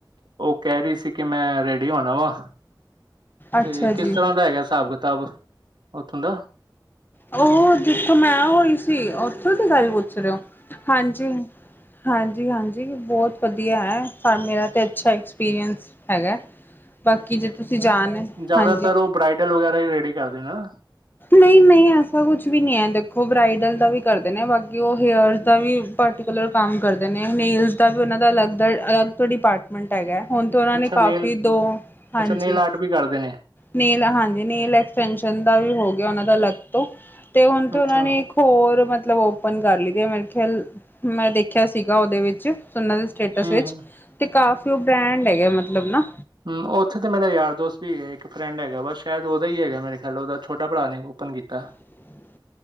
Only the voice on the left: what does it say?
ਅੱਛਾ
ਜੀ
ਉਹੋ ਜਿੱਥੋਂ ਮੈਂ ਹੋਈ ਸੀ ਓਥੋਂ ਦੀ ਗੱਲ ਪੁੱਛ ਰਹੇ ਹੋ ਹਾਂਜੀ। ਹਾਂਜੀ-ਹਾਂਜੀ ਬੋਤ ਵਧੀਆ ਹੈ ਮੇਰਾ ਤਾਂ ਅੱਛਾ ਐਕਸਪੀਰੀਅੰਸ ਹੈਗਾ। ਬਾਕੀ ਜੇ ਤੁਸੀਂ ਜਾਣ
ਹਾਂਜੀ
ਨਹੀਂ ਨਹੀਂ ਏਸਾ ਕੁਛ ਵੀ ਨਹੀਂ ਹੈ ਦੇਖੋ ਬਰਾਈਡਲ ਦਾ ਵੀ ਕਰਦੇ ਨੇ ਬਾਕੀ ਉਹ ਹੇਅਰ ਦਾ ਵੀ। ਪਟੀਕੁਲਰ ਕੰਮ ਕਰਦੇ ਨੇ ਮੇਲਸ ਦਾ ਵੀ ਉਨਾਂ ਦਾ ਅਲੱਗ ਦਾ ਅਲੱਗ ਤੋਂ ਡਿਪਾਰਟਮੈਂਟ ਹੈਗਾ। ਹੁਣ ਤਾਂ ਉਨਾਂ
ਨੇ ਕਾਫੀ
ਦੋ ਹਾਂਜੀ।
ਨੇਲ ਹਾਂਜੀ ਨੇਲ ਐਕਸਟੇਂਸ਼ਨ ਦਾ ਵੀ ਹੋ ਗਿਆ ਉਨਾਂ ਦਾ ਅਲੱਗ ਤੋਂ ਤੇ ਹੁਣ ਤੋਂ
ਉਹਨਾ ਨੇ। ਹੋਰ ਮਤਲਬ ਓਪਨ ਕਰ ਲਈਦੀ ਏ ਮੇਰਾ ਖਿਆਲ ਮੈਂ ਦੇਖਿਆ ਸੀਗਾ ਉਹਦੇ ਵਿੱਚ ਉਨਾਂ ਦੇ। ਸਟੇਟਸ
ਵਿਚ
ਤੇ ਕਾਫੀ ਉਹ ਬ੍ਰੈਂਡ ਐਗੇ ਮਤਲਬ ਨਾ।
<inaudible>